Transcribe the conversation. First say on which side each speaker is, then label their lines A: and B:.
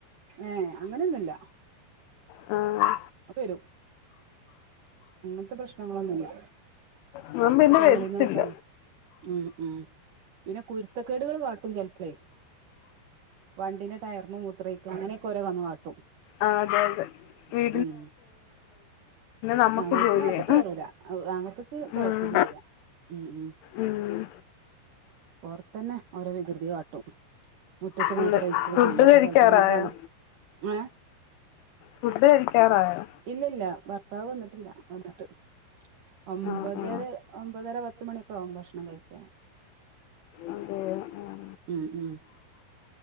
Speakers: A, on the right; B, on the left.
A: ഏ അങ്ങനെന്നുല്ല
B: ആ
A: അപ്പ വരും അങ്ങനത്തെ പ്രശ് ങ്ങളൊന്നുമില്ല
B: അവൻ പിന്നെ
A: ചങ്ങലേന്ന്
B: വരത്തില്ല
A: വിട്ടാലോ ഉം ഉം പിന്നെ കുരുത്തക്കേടുകൾ കാട്ടും ചെലപ്പളേ വണ്ടിന്റെ ടയർമ മുത്രയ്ക്ക അങ്ങനെയൊക്കെ ഓരോന്ന് കാട്ടും
B: ആ അതെ അതെ വീ
A: ഉം ഉം
B: നമുക്ക്
A: വീട്ടിന്
B: ജോലിയാ
A: അകത്ത് കേറൂല അകത്ത്ക്ക് കയറ്റല്
B: ഉം
A: ഇല്ല ഉം ഉം
B: ഉം
A: ഓറ തന്നെ ഓരോ വികൃതി കാട്ടും മുറ്റത്ത്
B: ഉണ്ട്
A: മൂത്രഴിക്കൊക്കെ
B: ഫുഡ്
A: ചെയ്യും അപ്പൊ
B: കഴിക്കാറായോ
A: ചെലപ്പോ നമ്മക്ക് ഏ
B: ഫുഡ് കഴിക്കാറായോ
A: ഇല്ല ഇല്ല ഭർത്താവ് വന്നിട്ടില്ല വന്നിട്ട് ഒമ്പതര
B: ആ ആ
A: ഒമ്പതര പത്തുമണിയൊക്കെ ആകും ഭക്ഷണം കഴിക്കാന്
B: അതെയോ ആ
A: ഉം ഉം